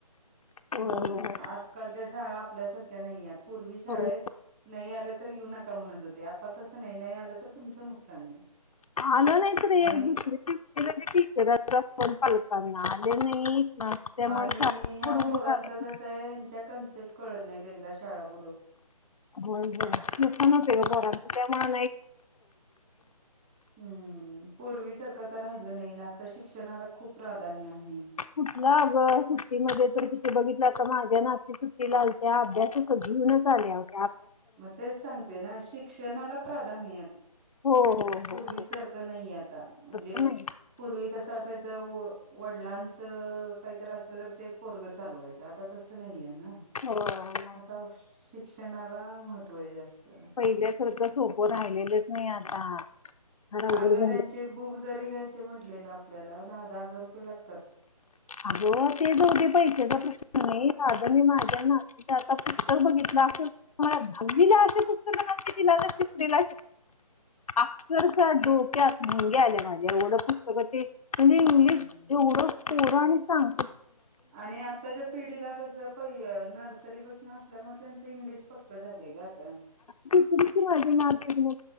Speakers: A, on the left; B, on the right.
A: होय
B: दोघी
A: होय
B: आजकालच्या शाळा ल्याार्या नाही पूर् शाेत
A: होय
B: नाही आ तर येऊ नका म्हणत होते आता तसं नाही नाही आलं तर तुमचं नुकसान आहे
A: आलं नाहीत रे एक
B: आणि
A: दुसर टीचर पालताना आलं नाही त्यामुळे
B: आणि
A: शाळा
B: ह्या
A: बुडवून
B: पोरांच
A: काढत
B: कस आहे हच्या कन्सेप्ट कळत नाहीत एकदा शाळाप
A: होय ज दखानत पर त ते आम
B: हम्म पूर्वी सारखं तर राहिलं नाही ना आता शिक्षणाला खूप प्राधान्य आहे
A: कुठलं अगं सुट्टीमध्ये तर किठे बघितलं समाजा ना तिथु तिलाल त्या अभ्यासाक जीवनच आल्या होत
B: मग तेच सांगते ना शिक्षणाला प्राधान्य
A: हो हो
B: पूर्वी
A: हो हो
B: सारखं नाही आता म्हणजे
A: तसं नाही
B: पूर्वी कसं असायचं वडिलांच काहीत असलं तर ते परग चालवायच आता तस नाही आहे ना
A: हो नाही
B: आता शिक्ष महत्वा असत
A: पहिल्यासारखं सोपं राहिलेलंच नाही आता फार अवघड
B: अगं
A: झालं
B: त्यांचे बुक जरी घ्यायचे म्हटले ना आपल्याला दहा दहा हजार रुपये लागतात
A: अगो ते दोघे पैशाचा प्रश्न नाही आध मी माझ्या नातीचे आता पुस्तक बघितलं तु्हाला लीला पुस्तक मा श अर डोक्यात म्या आल्या माझ्या एवढं पुस्तकं ते म्हणजे इंग्लिश
B: हम्म
A: एवढं परं आणि सांग
B: आणि आताच्या पिढीला कस प नर्सरी बस न असल्यामुळे त्यांच इंग्लिश पक्क झालं हो का तर
A: त सुुचीवा मात नाही